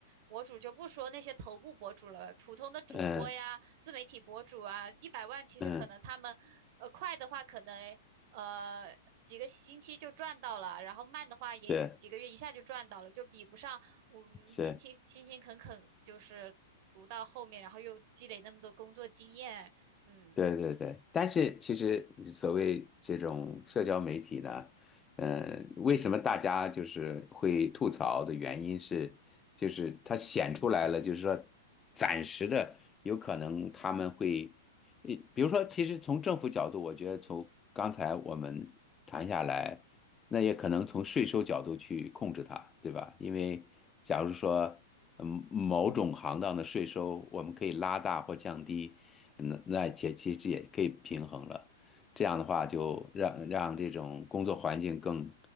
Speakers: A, on the right; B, on the left.
A: 博主就不说那些头部博主了，普通的主播呀、
B: 嗯
A: 自媒体博主啊，一百万其实可能他们，
B: 嗯，
A: 呃，快的话可能呃几个星期就赚到了，然后慢的话也几个月一下就赚到了，
B: 是
A: 就比不上我们辛勤勤勤恳恳就是读到后面，
B: 是，
A: 然后又积累那么多工作经验，嗯。
B: 对对对。但是其实所谓这种社交媒体呢，嗯，为什么大家就是会吐槽的原因是，就是它显出来了，就是说暂时的有可能他们会，呃比如说，其实从政府角度，我觉得从刚才我们谈下来。那也可能从税收角度去控制它，对吧？因为假如说，嗯，某种行当的税收我们可以拉大或降低，那那也其实也可以平衡了。这样的话，就让让这种工作环境更